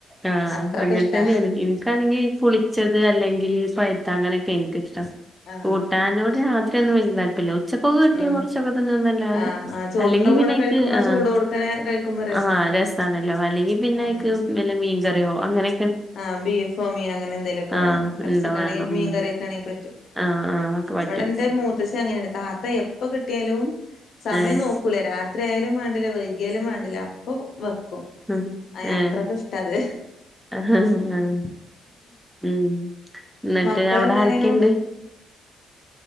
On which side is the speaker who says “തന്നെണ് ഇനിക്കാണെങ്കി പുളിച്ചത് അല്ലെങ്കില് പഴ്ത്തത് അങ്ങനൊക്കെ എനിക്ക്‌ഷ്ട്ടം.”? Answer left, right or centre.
Centre